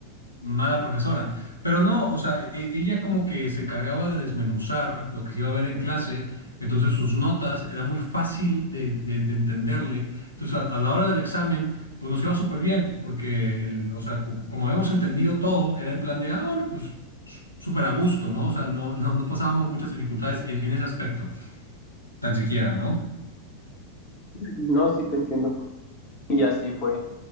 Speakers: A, on the left (about 85°); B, on the left (about 35°).
A: mala profesora. Pero no, o sea, e- ella como que se encargaba de desmenuzar lo que se iba a ver en clase, entonces sus notas era muy fácil de, de- de entenderle. Entonces, a, a la hora del examen, pues nos iba súper bien, porque, el, o sea, co- como habíamos entendido todo, era en plan de, ah, bueno, pues s- súper a gusto, ¿no? O sea, no, no, no pasábamos muchas dificultades en, en ese aspecto, tan siquiera, ¿no?
B: no, sí te entiendo, y así fue.